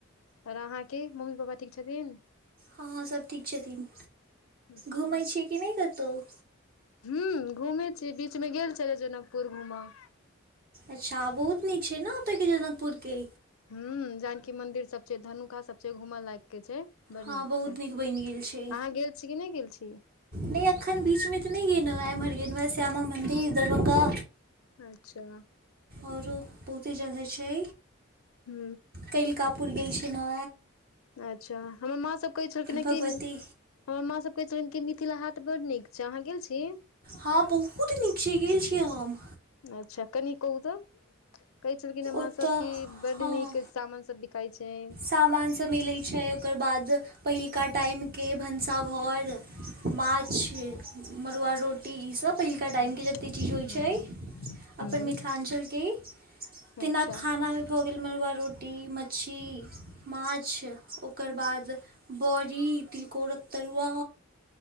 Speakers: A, on the left (about 90°); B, on the right (about 45°).
A: पर अहाँ के मम्मी पापा ठीक छथिन
B: हँ सब ठीक छथिन
A: अच्छा
B: घूमै छियै कि नहि कतहु
A: हू घूमे छी बीच मे गेल छले जनकपुर घूमेऽ
B: अच्छा बहुत नीक छै ने ओतयके जनकपुरके
A: ह जानकी मंदिर सब छै धनुखा सब छै घूम लायक के छै बड़
B: हँ
A: नीक
B: बहुत
A: छै अहाँ
B: बनि गेल छै
A: गेल छी कि नहि गेल छी
B: नहि एखन बीच मे तऽ नहि गेलो ये इमहर गेलो ये श्यामा मंदिर दरभंगा
A: अच्छा
B: आओरो बहुते जगह छै
A: हू
B: तेलकापुर गेल छी नै
A: अच्छा हमर माँ सब कहै छलखिन हेँ
B: भगवती
A: कि हमर माँ सब कहय छलनि की मिथिला हाट बड नीक छै अहाँ गेल छी
B: हँ बहुत नीक छै गेल छीयै हम
A: अच्छा कनि कहू त कहै छलखिन हमाँ
B: ओतऽ
A: सब की बड
B: हँ
A: नीक सामान सब बिकाई छै
B: सामान सब मिलै छै ओकर बाद पहिलुका टाइमके भनसाघर माछ मरूआ रोटी ईसभ पहिलका टाइमके
A: हँ
B: जतेक चीज होइ छै
A: ह
B: अपन मिथिलांचल के बिना
A: अच्छा
B: खाना हो गेल मरुआ रोटी मछली माछ ओकर बाद बड़ी तिलकोरक तरुआ